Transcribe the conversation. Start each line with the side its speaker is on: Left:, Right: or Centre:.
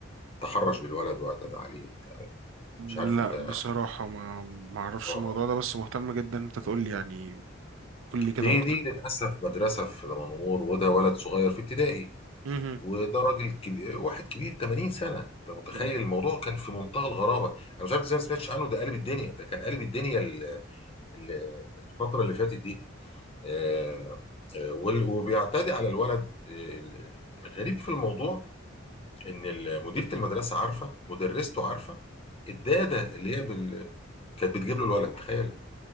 Left: تحرش بالولد واعتدى عليه وبتاع
Right: لا
Left: مش عارف انت
Right: بصراحة ما ما اعرفش
Left: اه
Right: الموضوع ده بس مهتم جدا إن انت تقول لي يعني قول لي كده
Left: دي
Right: اكتر
Left: دي للاسف مدرسه في دمنهور وده ولد صغير في ابتدائي
Right: مهم.
Left: وده راجل كبير واحد كبير 80 سنه انت متخيل
Right: مم.
Left: الموضوع كان في منتهى الغرابه انا مش عارف ازاي ما سمعتش عنه ده قلب الدنيا ده كان قلب الدنيا ال- ال- الفتره اللي فاتت دي آه، آه، وال- وبيعتدي على الولد آه، الغريب في الموضوع ان ال- مديره المدرسه عارفه مدرسته عارفه الداده اللي هي بال... كانت بتجيب له الولد تخيل